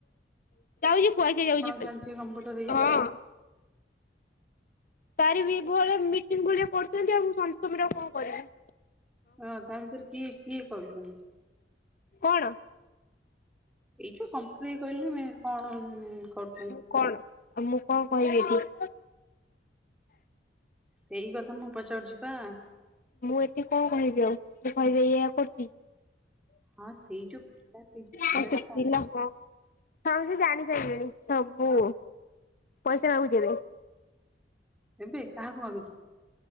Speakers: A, on the left (about 50°); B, in the centre.
A: <unintelligible>
B: ଚାଲିଛି
A: ହଁ
B: କମ୍ପ୍ୟୁଟର ଇଏ
A: ତାରି ବି ଭ ମିଟିଙ୍ଗ ଭଳିଆ କରୁଛନ୍ତି ଆଉ ମୁଁ <inaudible> ସମୟରେ ଆଉ କଣ କରିବି?
B: ହଁ ତା ଭିତରେ କିଏ କିଏ କହୁଛନ୍ତି?
A: କଣ?
B: ଏଇ ଯୋଉ କମ୍ପଟର କହିଲନି <inaudible> ମୁ କଣ କରୁଚ
A: ମୁଁ କଣ ମୁଁ କଣ କହିବି ଏଠି?
B: ସେଇ କଥା ମୁଁ ପଚାରୁଛି ବା!
A: ମୁଁ ଏଠି କଣ କହିବି ଆଉ? ମୁଁ କହିବି ଏଇଆ କରୁଛି?
B: ହଁ ସେଇ ଯୋଉ ପିଲା ସେଇ ଯୋଉ ପିଲା
A: ଆଉ ସେ
B: ଟା କଣ? <inaudible>
A: ହଁ ସମସ୍ତେ ଜାଣି ସାରିଲେଣି ସବୁ। ପଇସା ମାଗୁଛି ଏବେ।
B: ଏବେ କାହାକୁ ମାଗୁଚି <inaudible>